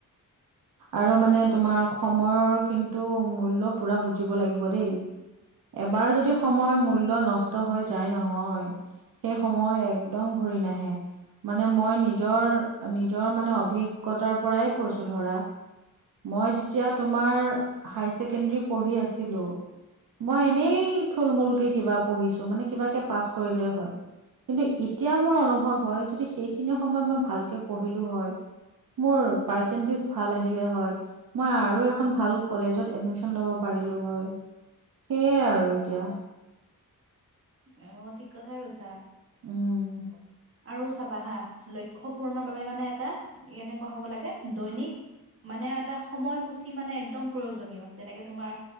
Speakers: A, on the right; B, on the right.
A: <unintelligible>
B: আৰু মানে তোমাৰ সময়ৰ কিন্তু মূল্য পুৰা বুজিব লাগিব দেই। এবাৰ যদি সময়ৰ মূল্য নষ্ট হৈ যায় নহয় সেই সময় একদম ঘূৰি নাহে মানে মই নি নিজৰ মানে অভিজ্ঞতাৰ পৰাই কৈছো ধৰা। মই যেতিয়া তোমাৰ হাই ছেকেণ্ডৰী পঢ়ি আছিলোঁ মই এনেই থুল-মূলকে কিবা পঢ়িছো। মানে কিবাকে পাছ কৰিলে হয়। কিন্তু এতিয়া মোৰ অনুভৱ হয়। যদি সেইখিনি সময়ত মই ভালকে পঢ়িলো হয় মোৰ পাৰ্চেনটেজ ভাল আহিলে হয়। মই আৰু এখন ভাল কলেজত এডমিছন লব পাৰিলোঁ পাৰিলোঁ হয়। সেয়াই আৰু এতিয়া।
A: <unintelligible> অ ঠিক কথাই কৈছা।
B: উম।
A: আৰু চাবা হা লক্ষ্য পূৰণৰ বাবে মানে এটা এনেকুৱা হ'ব লাগে দৈনিক মানে এটা সময়সূচী মানে একদম প্ৰয়োজনীয়, যেনেকে তোমাৰ